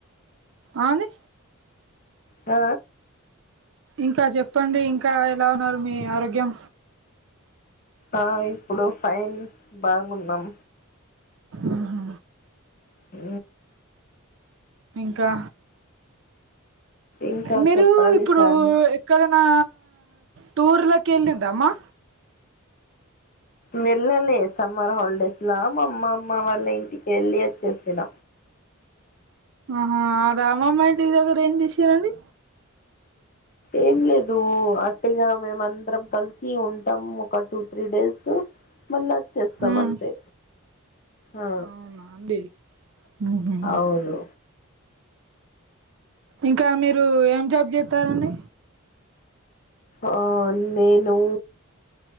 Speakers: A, on the right (about 60°); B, on the left (about 40°).
A: అను
B: ఆ
A: ఇంకా చెప్పండి ఇంకా ఎలా ఉన్నారు మీ ఆరోగ్యం
B: ఆ ఇప్పుడు ఫైన్ బాగుందాం
A: ఉహు
B: ఊ
A: ఇంకా
B: ఇంకా
A: మీరు
B: చెప్పాలి
A: ఇప్పుడు
B: సార్
A: ఎక్కడ నా టూర్లా కెళ్ళిద్దామ
B: వెళ్ళలే సమ్మర్ హాలిడేస్ లా మా అమ్మమ్మ వాళ్ళ ఇంటి ఎల్లి వచ్చేసిన
A: ఆహా రామమ్మయింటి దగ్గర ఏం చేసారండి
B: ఏం లేదు అట్టిగ మేమ అందరం కలిసి ఉంటాం ఒక టూ త్రీ డేస్ మళ్ళ వచ్చేస్తాం
A: హ్మ్
B: అంతే ఆ
A: అవునా అండి ఊహూ
B: అవును
A: ఇంకా మీరు ఏం జాబ్ చేత్తారండి
B: ఆ నేను